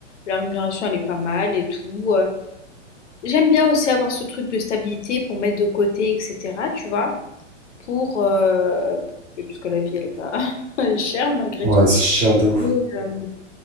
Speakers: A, on the left; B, on the right.
A: La rémunération, elle est pas mal et tout. euh. j'aime bien aussi avoir ce truc de stabilité pour mettre de côté, etc., tu vois. Pour... euh, parce que la vie, elle est pas... <laughs> elle est chère malgré
B: Ouais,
A: tout.
B: c'est chiant de ouf.
A: Et, euh,